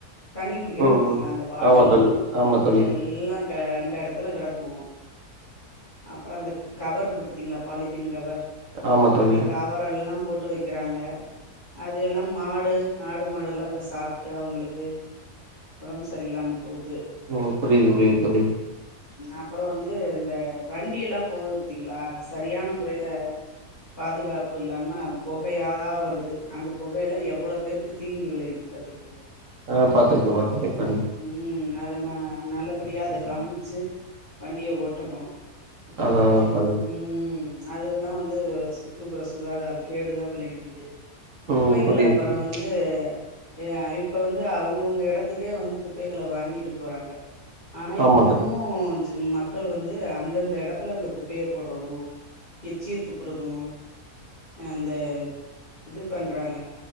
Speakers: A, on the left (about 30°); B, on the right (about 55°).
A: தண்ணி குடிக்கிறாங்க
B: ம்
A: பத்திங்களா அந்த பாட்டில்
B: ஆமா தோழி ஆமா தோழி
A: இதெல்லா க ண்ட எடத்துல கெடக்கு அப்றோ அந்த கவருக்கு பத்தீங்களா பாலித்தீன் கவர்
B: ஆமா தோழி
A: அந்த கவரெல்லா போட்டு வைக்கறாங்க அதெல்லா மாடு ஆடு மாடு எல்லா அத சாப்ட்டு அவுங்களுக்கு ஒடம் சரியில்லாம போகுது
B: ஓ புரியுது புரியுது தோழி
A: அப்றோ வந்து இந்த வண்டியெல்லா போகுது பத்தீங்களா அது சரியான முறையில பாதுகாப்பு இல்லாம பொகையா வருது அந்த பொகையல்ல எவ்ளோ பேருக்கு தீங்கு விளைவிக்கு பத்திருக்க
B: ஆ பாத்துருக்கே பாத்துருக்கே தோழி
A: ம் அத நா நல்லபடியா அத கவுனிச்சு வண்டிய ஓட்டணு
B: அதா அதா
A: அவுங்க
B: தோழி
A: ம் அதெல்லா வந்து சுற்றுப்புற சுகாதார கேடு தா விளைவிக்குது குப்பைகள
B: ம் புரியுது
A: அப்ற
B: தோழி
A: வந்து எ இப்ப வந்து அவுங்கவுங்க எடத்துக்கே வந்து குப்பைகள வாங்கிட்டு போறாங்க ஆனா
B: ஆமா
A: இன்னமு
B: தோழி
A: ஜி மக்களு வந்து வந்து அந்தந்த எடத்துல அந்த குப்பைய போடுறது எச்சிய துப்புறது அந்த இது பண்றாங்க